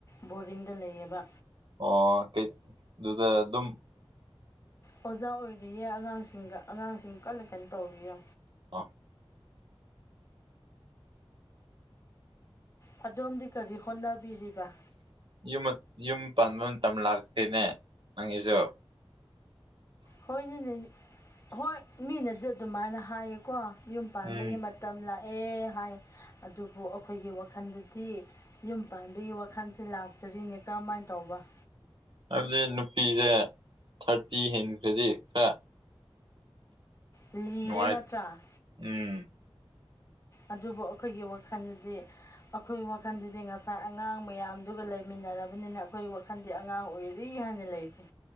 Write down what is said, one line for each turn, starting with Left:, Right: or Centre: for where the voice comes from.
Left: ꯕꯣꯔꯗꯤꯡꯗ ꯂꯩꯑꯕ
Right: ꯑꯣ ꯀꯩ ꯑꯗꯨꯗ ꯑꯗꯨꯝ
Left: ꯑꯣꯖꯥ ꯑꯣꯏꯔꯤꯌꯦ ꯑꯉꯥꯡꯁꯤꯡꯒ ꯑꯉꯥꯡꯁꯤꯡ ꯀꯟꯅ ꯀꯟꯅ ꯇꯧꯔꯤꯌꯦ
Right: ꯑ
Left: ꯑꯗꯣꯝꯗꯤ ꯀꯔꯤ ꯍꯣꯠꯅꯕꯤꯔꯤꯕ
Right: ꯌ ꯌꯨꯝ ꯄꯨꯡ ꯇꯝꯂꯥ ꯍꯅꯦ ꯅꯪꯤꯁꯨ
Left: ꯍꯣꯏꯅꯦꯅꯦ ꯍꯣꯏ ꯃꯤꯅꯗꯤ ꯑꯗꯨꯃꯥꯏꯅ ꯍꯥꯏꯌꯦꯀꯣ ꯌꯨꯝ ꯄꯥꯟꯕꯒꯤ
Right: ꯎꯝ
Left: ꯃꯇꯝ ꯂꯥꯛꯑꯦ ꯍꯥꯏ ꯑꯗꯨꯕꯨ ꯑꯩꯈꯣꯏꯒꯤ ꯋꯥꯈꯜꯗꯗꯤ ꯌꯨꯝ ꯄꯥꯟꯕꯒꯤ ꯋꯥꯈꯜꯁꯦ ꯂꯥꯛꯇꯔꯤꯅꯦ ꯀꯔꯝꯍꯥꯏꯅ ꯇꯧꯕ ꯋꯥ
Right: ꯍꯥꯏꯕꯗꯤ ꯅꯨꯄꯤꯁꯦ ꯊꯥꯔꯇꯤ ꯍꯦꯟꯈ꯭ꯔꯗꯤ ꯈꯔ
Left: ꯂꯤꯔꯦ
Right: ꯅꯅꯨꯡꯉꯥꯏ
Left: ꯅꯠꯇ꯭ꯔꯥ
Right: ꯎꯝ
Left: ꯑꯗꯨꯕꯨ ꯑꯩꯈꯣꯏꯒꯤ ꯋꯥꯈꯜꯗꯗꯤ ꯑꯩꯈꯣꯏ ꯋꯥꯈꯜꯗꯨꯗꯤ ꯉꯁꯥꯏ ꯑꯉꯥꯡ ꯃꯌꯥꯝꯗꯨꯒ ꯂꯩꯃꯤꯟꯅꯔꯕꯅꯤꯅ ꯑꯩꯈꯣꯏ ꯋꯥꯈꯜꯗꯤ ꯑꯉꯥꯡ ꯑꯣꯏꯔꯤ ꯍꯥꯟꯅ ꯂꯩꯔꯤ